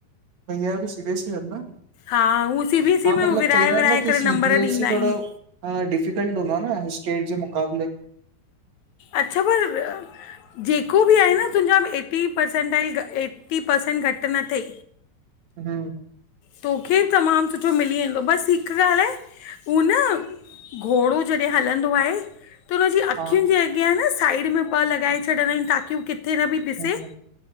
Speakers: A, on the right; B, on the left.
A: भईया बि सी बी एस ई आहिनि न,
B: हा हू सी
A: हां
B: बी एस ई में
A: मतिलब
B: हू विराए
A: चवंदा
B: विराए
A: आहिनि न की
B: करे
A: सीबीएसई
B: नंबर ॾींदा आहिनि
A: थोडो हां डिफिकल्ट हूंदो आहे न, स्टेट जे मुक़ाबले
B: अच्छा पर जेको बि आहें न, तुंहिंजा बि एटी परसेंट आहिनि एटी परसेंट घटि न थई।
A: ह्म
B: तोखे तमामु सुठो मिली वेंदो बसि हिकु ॻाल्हि आहे, उहा न घोड़ो जॾहिं हलंदो आहे त हुनजी अखियुनि
A: हा
B: जे अॻियां आहे न, साइड में ॿ लॻाए छॾंदा आहिनि ताकी उ किथ् थे न बि ॾिसे,
A: हम्म